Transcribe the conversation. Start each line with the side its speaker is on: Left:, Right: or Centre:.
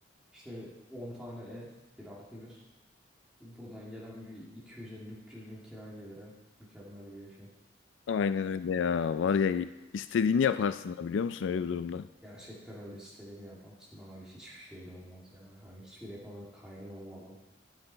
Centre: işte 10 tane ev bir artı bir. Buradan gelen bir iki yüz elli üç yüz bin kira gelire mükemmel bir yaşam.
Left: Aynen öyle ya. Var ya istediğini yaparsın ha biliyor musun öyle bir durumda?
Centre: Gerçekten öyle istediğini yaparsın abi hiçbir şeyin olmaz yani. Hani hiçbir ekonomik kaygın olmadan.